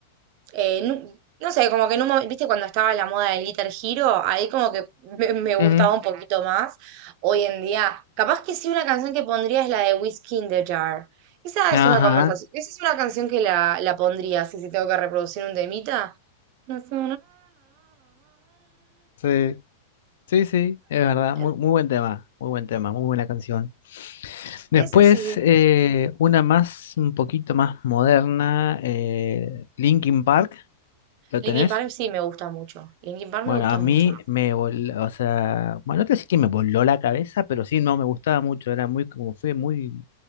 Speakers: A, on the right (about 35°); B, on the left (about 70°).
A: eh, nu- no, sé, como que en un momento, viste, cuando estaba la moda del Guitar Hero, ahí como que me, me gustaba
B: ujú.
A: un poquito más. Hoy en día, capaz que sí una canción que pondría es la de Whiskey in the Jar. Esa
B: Ajá,
A: es una conversación, esa es una canción que la, la pondría, así si tengo que reproducir un temita. Esa
B: sí, sí, sí, es verdad.
A: esa-
B: Muy, muy buen tema, muy buen tema, muy buena canción. Después,
A: esa sí.
B: eh, una más, un poquito más moderna, eh, Linkin Park, ¿lo
A: Linkin
B: tenés?
A: Park sí me gusta mucho. Linkin Park
B: Bueno,
A: me gusta
B: a
A: mucho.
B: mí me voló, o sea, bueno, no te decir que me voló la cabeza, pero sí, no, me gustaba mucho, era muy, como fue muy,